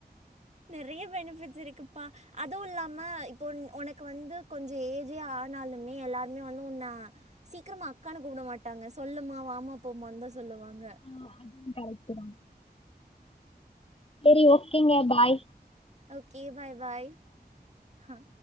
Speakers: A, on the right (about 40°); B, on the left (about 35°).
A: நெறைய பெனிஃபிட்ஸ் இருக்குப்பா அதுவு இல்லாம இப்போ உன் உனக் கு வந்து கொஞ்சோ ஏஜே ஆனாலுமே எல்லாருமே வந்து உன்ன சீக்கிரமா அக்கானு கூப்ட மாட்டாங்க சொல்லுமா வாமா போமாந்தா சொல்லுவாங்க
B: அ அதுவு கரெக்ட்டு தா செரி ஓகேங்க பாய்
A: ஓகே பாய் பாய் ஆ